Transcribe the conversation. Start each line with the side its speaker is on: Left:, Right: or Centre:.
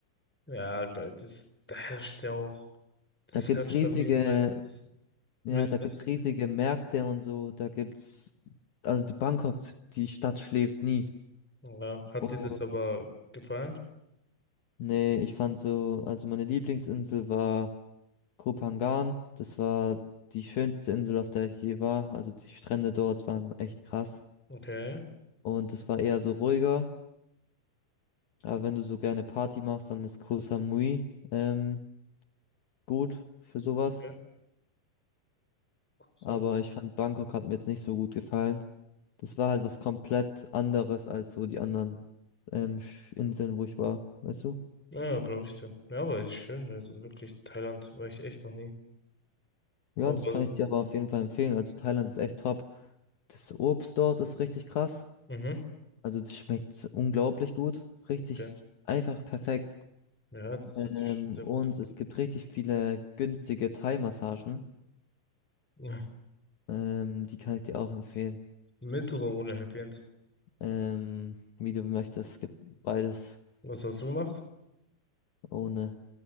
Centre: Ja, geil. Das, da herrscht ja auch, das
Left: Da gibt's
Centre: herrscht
Left: riesige,
Centre: da wie im Wildnis.
Left: ja,
Centre: Wildnissen.
Left: da gibt's riesige Märkte und so. Da gibt's, also die Bangkok, die Stadt schläft nie.
Centre: Ja. Hat
Left: Und
Centre: dir das aber gefallen?
Left: Nee, ich fand so, also meine Lieblingsinsel war Koh Phangan. Das war die schönste Insel, auf der ich je war. Also die Strände dort waren echt krass.
Centre: Okay.
Left: Und es war eher so ruhiger. Aber wenn du so gerne Party machst, dann ist Koh Samui ähm, gut für sowas.
Centre: Ja, so.
Left: Aber ich fand Bangkok hat mir jetzt nicht so gut gefallen. Das war halt was komplett anderes als so die anderen ähm, Sch- Inseln, wo ich war, weißt du?
Centre: Ja, glaube ich dir. Ja, aber ist schön. Also wirklich, Thailand war ich echt noch nie.
Left: Ja,
Centre: Aber,
Left: das kann ich dir aber auf jeden Fall empfehlen. Also Thailand ist echt top. Das Obst dort ist richtig krass.
Centre: mhm.
Left: Also das schmeckt unglaublich gut. Richtig
Centre: Okay.
Left: einfach perfekt.
Centre: Ja, das
Left: Ähm,
Centre: hört sich schon sehr
Left: und
Centre: gut an.
Left: es gibt richtig viele günstige Thai-Massagen.
Centre: <laughs>
Left: Ähm, die kann ich dir auch empfehlen.
Centre: Mit oder ohne Happy End?
Left: Ähm, wie du möchtest. Es gibt beides
Centre: Was hast du gemacht?
Left: ohne.